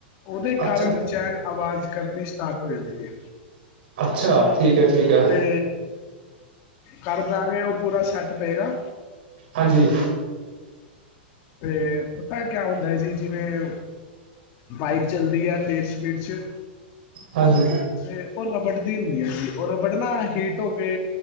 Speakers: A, on the left; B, on the right.
A: ਓਦੇ
B: ਅੱਛਾ
A: ਕਾਰਨ ਚੈਨ ਅਵਾਜ ਕਰਨੀ ਸਟਾਰਟ ਹੋ ਜਾਂਦੀ ਏ।
B: ਅੱਛਾ ਠੀਕ ਹੈ ਠੀਕ ਹੈ
A: ਤੇ ਕਾਰ ਦਾਂਗੇ ਓ ਪੂਰਾ ਸੈਟ ਬਏਗਾ।
B: ਹਾਂਜੀ।
A: ਤੇ ਪਤਾ ਕੇਆ ਹੁੰਦੈ ਜੀ, ਜਿਵੇਂ ਬਾਈਕ ਚਲਦੀ ਐ ਤੇਜ ਸਪੀਡ ਚ
B: ਹਾਂਜੀ।
A: ਤੇ ਉਹ ਰਬੜ ਦੀ ਹੁੰਦੀ ਐ ਜੀ, ਓ ਰਬੜ ਨਾ ਹੀਟ ਹੋ ਕੇ